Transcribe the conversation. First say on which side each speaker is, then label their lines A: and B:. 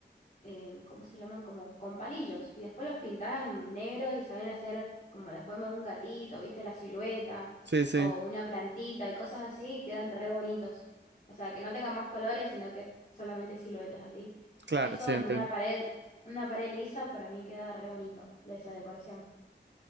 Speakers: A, on the left; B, on the right.
A: eh, ¿cómo se llaman? Como con palillos. Y después los pintás en negro y saben hacer como la forma de un gatito, ¿viste? La silueta
B: sí, sí.
A: o una plantita y cosas así, y quedan re bonitos. O sea, que no tengan más colores, sino que solamente siluetas así.
B: Claro,
A: Eso
B: sí,
A: en
B: entiendo.
A: una pared, una pared lisa para mí queda re bonito, la- esa decoración.